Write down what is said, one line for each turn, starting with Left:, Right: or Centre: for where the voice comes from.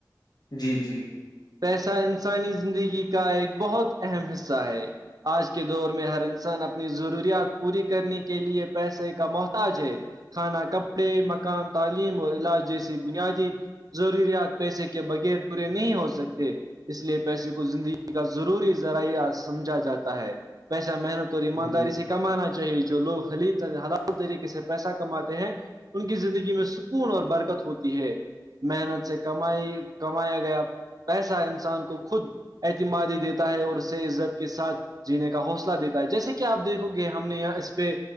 Left: جی جی
Right: پیسہ انسانی زندگی کا ایک بہت اہم حصہ ہے آج کے دور میں ہر انسان اپنی ضروریات پوری کرنے کے لیے پیسے کا محتاج ہے کھانا کپڑے مکان تعلیم اور علاج جیسی بنیادی ضروریات پیسے کے بغیر پورے نہیں ہو سکتے اس لیے پیسے کو زندگی کا ضروری ذرائعہ سمجھا جاتا ہے پیسہ محنت اور ایمانداری
Left: جی
Right: سے کمانا چاہیے جو لوگلی حلال طریقے سے پیسہ کماتے ہیں ان کی زندگی میں سکون اور برکت ہوتی ہے محنت سے کمائی کمایا گیا پیسہ انسان کو خود اعتماد ہی دیتا ہے اور اس سے عزت کے ساتھ جینے کا حوصلہ دیتا ہے جیسے کہ آپ دیکھو گے ہم نے یہاں اس پہ